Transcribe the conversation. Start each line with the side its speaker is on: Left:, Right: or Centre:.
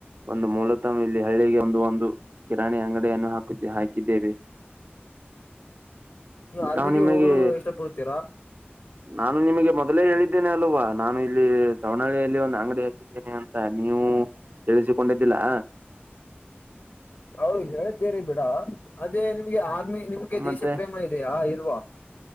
Right: ಒಂದು ಮೂಲತವ ಇಲ್ಲಿ ಹಳ್ಳಿಗೆ ಒಂದು ಒಂದು ಕಿರಾಣಿ ಅಂಗಡಿಯನ್ನು ಹಾಕ ಹಾಕಿದ್ದೇವೆ
Left: ನೀವ ಆರ್ಮಿಗೆ
Right: ನಾವು ನಿಮಗೆ
Left: ಹೋಗಲು ಇಷ್ಟ ಪಡುತೀರಾ
Right: ನಾನು ನಿಮಗೆ ಮೊದಲೇ ಹೇಳಿದ್ದೇನೆ ಅಲ್ವಾ ನಾನು ಇಲ್ಲಿ ಸವನಹಳ್ಳಿಯಲ್ಲಿ ಒಂದು ಅಂಗಡಿ ಹಾಕಿ ಕಿನಿ ಅಂತ ನೀವು ಕೇಳಿಸಿಕೊಂಡಿದ್ದಿಲ್ಲಾ
Left: ಹೌದು ಹೇಳ್ದೇರಿ ಬಿಡ ಅದೇ ನಿಮ್ಗೆ ಆರ್ಮಿ ನಿಮ್ಗೆ
Right: ಮತ್ತೆ
Left: ದೇಶ ಪ್ರೇಮ ಇದೆಯಾ ಇಲ್ವಾ